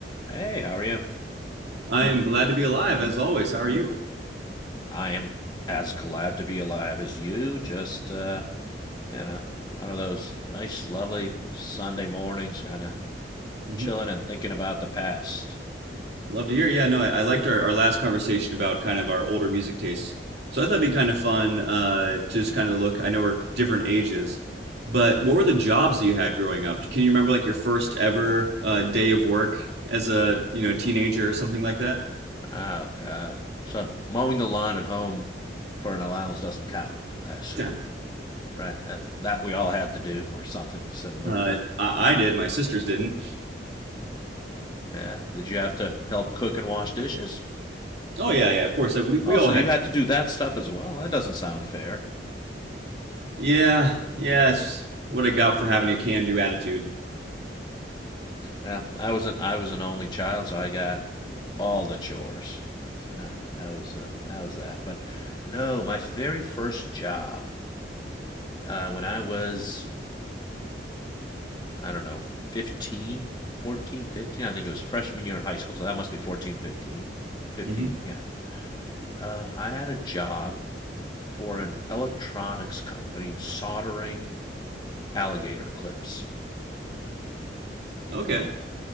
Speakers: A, on the left; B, on the right.
A: Hey, how are you?
B: I am glad to be alive as always. How are you?
A: I am as glad to be alive as you. Just, uh, you know, one of those nice, lovely Sunday mornings, kind of
B: Mhm.
A: chilling and thinking about the past.
B: Love to hear. Yeah, no, I, I liked our, our last conversation about kind of our older music tastes. So I thought it'd be kind of fun uh, to just kind of look. I know we're different ages, but what were the jobs that you had growing up? Can you remember like your first ever uh, day of work as a you know teenager or something like that?
A: Oh, God. So, mowing the lawn at home for an allowance doesn't count, I assume,
B: Yeah.
A: right? That, that we all had to do, or something similar,
B: Uh,
A: but
B: I, I did. My sisters didn't.
A: yeah. Did you have to help cook and wash dishes?
B: Oh yeah, yeah. Of course, uh, we we
A: Oh,
B: all
A: so
B: had.
A: you had to do that stuff as well? That doesn't sound fair.
B: Yeah, yeah. It's what I got for having a can-do attitude.
A: Well, I was an I was an only child, so I got all the chores. So, yeah, that was uh, that was that. But no, my very first job uh, when I was I don't know 15, 14, fifteen. I think it was freshman year in high school, so that must be 14, 15, fifteen.
B: hmm
A: Yeah, uh, I had a job for an electronics company soldering alligator clips.
B: Okay.